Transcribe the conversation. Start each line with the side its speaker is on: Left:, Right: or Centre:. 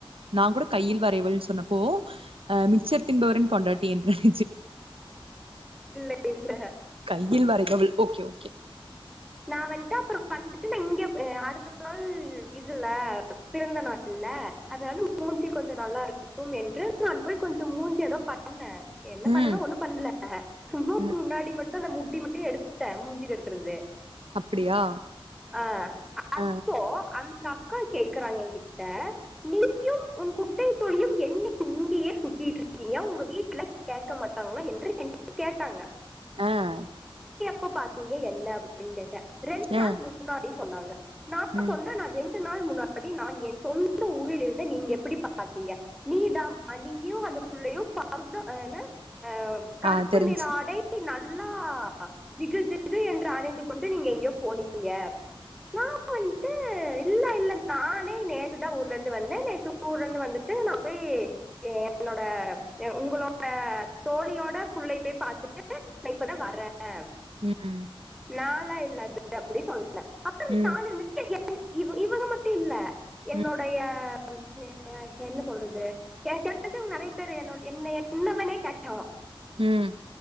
Right: நா கூட கையில் வரைவள்ன்னு சொன்னப்போ அஹ் மிச்சர் தின்பவரின் பொண்டாட்டி என்றா <unintelligible>
Centre: இல்ல
Right: கையில் வரைபள் ஓகே ஓகே
Centre: நா வந்துட்டு அப்புறோ வந்துட்டு நா இங்க அடுத்த நாள் இதுல்ல பிறந்த நாள் இல்ல அதனால மூஞ்சி கொஞ்சே நல்லா இருக்கட்டு என்று நான் போய் கொஞ்சோ மூஞ்சி ஏதோ பண்ண என்ன
Right: ம்,
Centre: பண்ணனும் ஒண்ணும் பண்ணல
Right: ம்.
Centre: முன்னாடி மட்டு ட்டத முட்டி முட்டி எடுத்துட்டே மூஞ்சிட்டு எடுக்கறது
Right: அப்படியா?
Centre: ஆஹ் அப்போ
Right: அ,
Centre: அந் ந்தக்கா கேக்குறாங்க கிட்ட நீயும் உன் குட்டை தோழியும் என்னை இங்கேயே சுத்திட்டு இருக்கீங்க உங்க வீட்ல கேட்க மாட்டாங்களா என்று என் கேட்டாங்க
Right: ஆஹ்
Centre: எப்போ பாத்தீங்க என்ன அப்படின்னு கேட்ட ரெண்டு
Right: அ,
Centre: நாள் முன்னாடி சொன்னாங்க நா
Right: ம்.
Centre: சொன்ன நா ரெண் ரெண்டு நாள் முன்னாடி நான் என் சொந்த ஊரில் இருந்து நீங்க எப்படி பாத்தீங்க நீ தான் நீயும் அந்த பிள்ளையும் பாத் என ஆ கருப்பு
Right: ஆ தெரிஞ்சுச்சு.
Centre: நிற ஆடைக்கு நல் எல்லா திகு திகு என்று அணிந்து கொண்டு நீங்க எங்கேயோ போனீங்க நா போன் இல்ல இல்ல நானே நேத்துதான் ஊர்ல இருந்து வந்தேன் நேத்து ஊர்ல இருந்து வந்துட்டு நான் போய் என்னோட உங்களோட தோழியோட புள்ளைய போய் பாத்துட்டு நான் இப்பதான் வர்ரேன்
Right: உம்
Centre: நாளா இல்ல அது அப்படி சொன்னே னே அப்புற
Right: ம்,
Centre: நான் இருந்துட்டு ஏ இவ இவங்க மட்டும் இல்ல என்னோடைய
Right: ம்,
Centre: <unintelligible> என்ன சொல்றது எனக்குந்துவங்க நெறைய பேரு என்னோட என்ன என்னவனே கேட்டும்
Right: உம்